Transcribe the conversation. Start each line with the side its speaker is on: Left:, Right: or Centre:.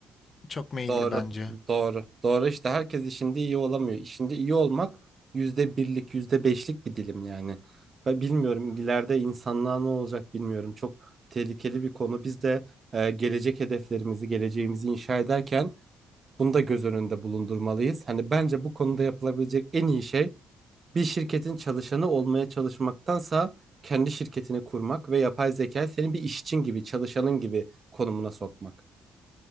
Left: çok meyilli
Right: Doğru.
Left: bence.
Right: Doğru. Doğru işte herkes işinde iyi olamıyor. İşinde iyi olmak yüzde birlik, yüzde beşlik bir dilim yani. Ben bilmiyorum ileride insanlığa ne olacak bilmiyorum. Çok tehlikeli bir konu. Biz de e, gelecek hedeflerimizi, geleceğimizi inşa ederken bunu da göz önünde bulundurmalıyız. Hani bence bu konuda yapılabilecek en iyi şey Bir şirketin çalışanı olmaya çalışmaktansa kendi şirketini kurmak ve yapay zekayı senin bir işçin gibi, çalışanın gibi konumuna sokmak.